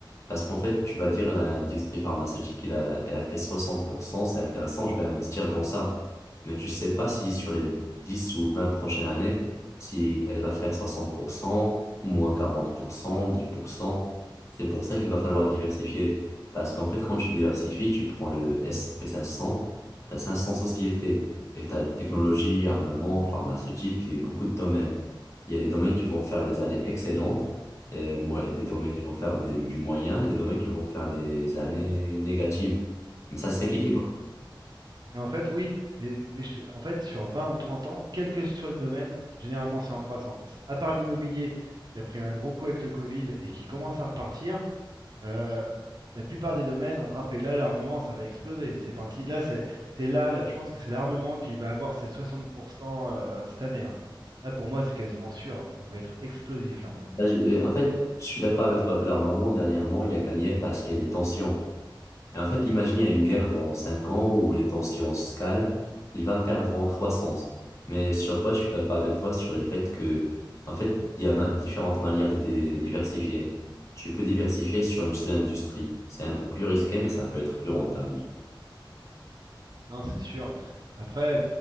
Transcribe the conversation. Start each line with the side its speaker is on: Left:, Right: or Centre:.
Left: Parce qu'en fait, tu vas dire l'industrie pharmaceutique, il a, elle a fait soixante pour cent c'est intéressant, je vais investir dans ça. Mais tu sais pas si sur les 10 ou 20 prochaines années, si elle va faire soixante pour cent moins quarante pour cent dix pour cent C'est pour ça qu'il va falloir diversifier. Parce qu'en fait, quand tu diversifies, tu prends le S and P cinq cents tu as 500 sociétés. Et tu as technologie, armement, pharmaceutique et beaucoup de domaines. Il y a des domaines qui vont faire des années excellentes, et moi- des domaines qui vont faire des- du moyen et des domaines qui vont faire des années négatives. Mais ça s'équilibre.
Right: Mais en fait, oui, et- mais je te- en fait, sur 20 ou 30 ans, quel que soit le domaine, généralement c'est en croissance. À part l'immobilier qui a pris un gros coup avec le Covid et qui commence à repartir, euh, la plupart des domaines ont grimpé. Là, l'armement, ça va exploser. C'est parti. Là, c'est c'est là, là, je pense que c'est l'armement qui va avoir ses 60% euh, cette année. hein. Là, pour moi, c'est quasiment sûr. hein. Ça va être explosif, l'armement.
Left: Là, j'ai- et En fait, je suis d'accord avec toi que l'armement, dernièrement, il a gagné parce qu'il y a des tensions. Et en fait, imaginez une guerre dans 5 ans où les tensions se calment, il va perdre en croissance. Mais sur quoi je suis d'accord avec toi, sur le fait que, en fait, il y a ma- différentes manières de dé- diversifier. Tu peux diversifier sur une seule industrie. C'est un peu plus risqué, mais ça peut être plus rentable.
Right: Non, c'est sûr. Après,